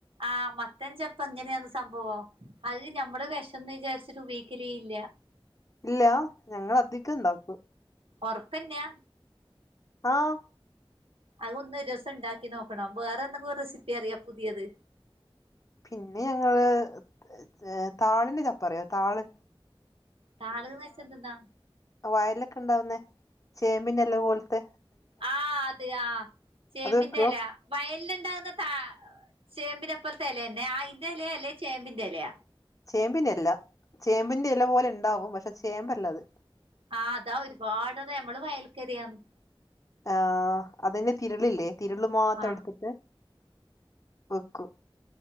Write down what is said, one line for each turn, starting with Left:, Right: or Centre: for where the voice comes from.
Right: ആ മത്തൻ ചെപ്പ് എങ്ങനെയാന്ന് സംഭവം? അത് ഞമ്മള് വെഷംന്ന് വിചാരിച്ചിട്ട് ഉപയോഗിക്കലേല്ല്യ
Left: ഇല്ല്യാ ഞങ്ങളധികം ണ്ടാക്കും.
Right: ഒർപ്പന്നെയാ?
Left: ആഹ്.
Right: അതൊന്ന് ഒരസം ണ്ടാക്കി നോക്കണം. വേറെ എന്തെങ്കും റെസിപ്പി അറിയോ പുതിയത്?
Left: പിന്നെ ഞങ്ങള് ഏഹ് താളിന്റെ ചപ്പറിയോ താള്?
Right: താള്ന്ന് വെച്ചന്തെന്ന?
Left: വയൽലൊക്കെ ണ്ടാവുന്നേ ചേമ്പിന്റെല പോൽത്തെ
Right: ആ അത് ആ ചേമ്പിന്റെല.
Left: അത് വെക്കുവോ
Right: വയലിൽ ഇണ്ടാകുന്ന താ ചേമ്പിനെ പോൽത്തെലന്നെയാ അയിന്റെ എലേ അല്ലേ ചേമ്പിന്റെലയ
Left: ചേമ്പിന്റെഅല്ല ചേമ്പിന്റെ ഇല പോലെ ഇണ്ടാവും പക്ഷത് ചേമ്പല്ലത്.
Right: ആഹ് അതാ ഒരുപാടത ഞമ്മള് വയൽക്കരയാന്ന്.
Left: ആഹ് അതിന്റെ തിര്ളില്ലേ തിര്ള് മാത്രം
Right: ആഹ്
Left: എടുത്തിട്ട് വെക്കും